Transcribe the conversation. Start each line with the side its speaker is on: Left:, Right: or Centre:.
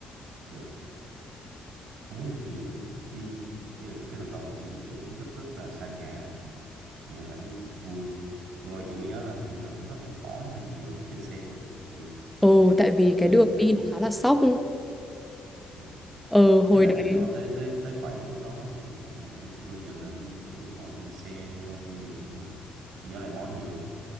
Right: dạ. Không biết là tự nhiên đi ý là cái lần đầu mà đi kiểu rất rất là xa nhà á, thì em lại thấy vui. Nhưng mà chị có nhớ là hình như là lúc đó em ói hơi nhiều đúng không trên xe thì tại
Centre: Ồ, tại vì cái
Right: tại
Centre: đường
Right: tại
Centre: đi nó khá là sóc.
Right: ừ.
Centre: Ờ, hồi
Right: Với lại
Centre: đấy.
Right: từ nhỏ tới tới tới khoảng lúc đó thì như là em chưa bao giờ lên kiểu ngồi trên xe hơi vậy nên là em nhớ là em ói nhiều lắm.